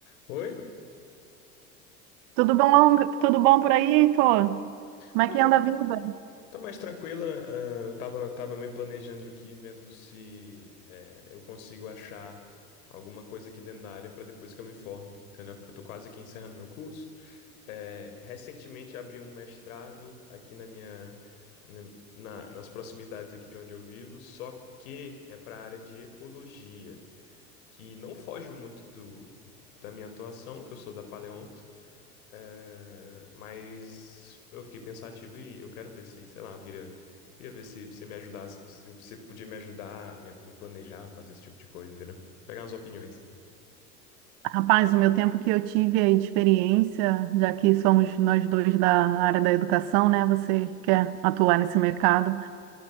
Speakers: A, on the left; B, on the right.
A: Oi?
B: Tudo bom, tudo bom por aí, Heitor? Como
A: Tá,
B: é que
A: tá,
B: anda a vida?
A: tá mais tranquila. ah, eu tava, tava me planejando aqui, vendo se eh, eu consigo achar alguma coisa aqui dentro da área para depois que eu me forme, entendeu? Que eu tô quase aqui encerrando meu curso. Eh, recentemente abri um mestrado aqui na minha, na- na- nas proximidades aqui de onde eu vivo, só que é para a área de ecologia, que não foge muito do, da minha atuação, que eu sou da Paleonto. É, mas eu fiquei pensativo e eu quero ver se, sei lá, eu queria, queria ver se você me ajudasse, se você podia me ajudar, me, me planejar, fazer esse tipo de coisa, entendeu? Pegar umas opiniões.
B: Rapaz, o meu tempo que eu tive aí de experiência, já que somos nós dois da área da educação, né? Você quer atuar nesse mercado.